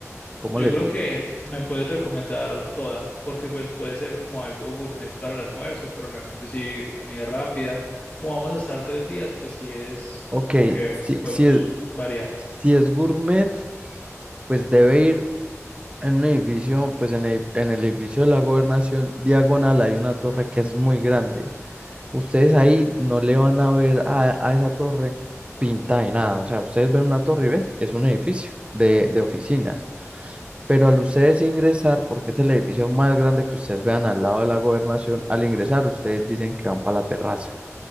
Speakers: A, on the right; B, on the left.
A: ¿Cómo
B: Yo
A: le
B: creo
A: gusta?
B: que me puedes recomendar toda, porque pues puede ser como algo gourmet para el almuerzo, pero en la noche sí comida rápida. Como vamos a estar tres días, pues sí es
A: Ok,
B: como que
A: si,
B: podemos
A: si es,
B: variar.
A: si es gourmet, pues debe ir en un edificio, pues en el, en el edificio de la gobernación diagonal hay una torre que es muy grande. Ustedes ahí no le van a ver a, a esa torre pinta de nada. O sea, ustedes ven una torre y ve, es un edificio de, de oficinas. Pero al ustedes ingresar, porque es el edificio más grande que ustedes vean al lado de la gobernación, al ingresar ustedes dicen que van para la terraza.